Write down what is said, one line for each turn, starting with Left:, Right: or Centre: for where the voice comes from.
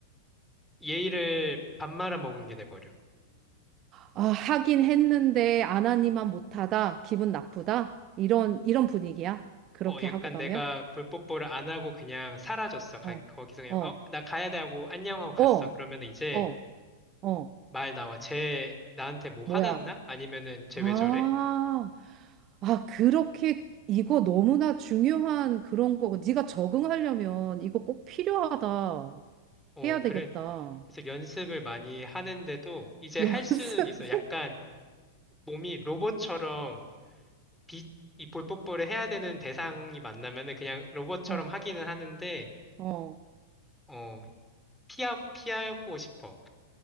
Centre: 예의를 밥 말아 먹은 게 돼버려.
Right: 아, 하긴 했는데 안 하니만 못하다. 기분 나쁘다. 이런, 이런 분위기야. 그렇게
Centre: 어, 약간
Right: 하고 가면?
Centre: 내가 볼뽀뽀를 안 하고 그냥 사라졌어. 가-
Right: 어,
Centre: 거기서 그냥,
Right: 어.
Centre: 어, 나 가야 돼 하고 안녕하고 갔어.
Right: 어,
Centre: 그러면 이제
Right: 어, 어,
Centre: 말 나와. 쟤 나한테 뭐 화났나?
Right: 뭐야.
Centre: 아니면은 쟤
Right: 아,
Centre: 왜 저래?
Right: 아, 그렇게 이거 너무나 중요한 그런 거고. 네가 적응하려면 이거 꼭 필요하다.
Centre: 어,
Right: 해야 되겠다.
Centre: 그래. 그래서 연습을 많이 하는데도 이제
Right: <laughs> 연습.
Centre: 할 수는 있어. 약간 몸이 로봇처럼 비, 이 볼뽀뽀를 해야 되는 대상이 만나면은 그냥 로봇처럼
Right: 어,
Centre: 하기는 하는데,
Right: 어.
Centre: 어, 피하, 피하고 싶어.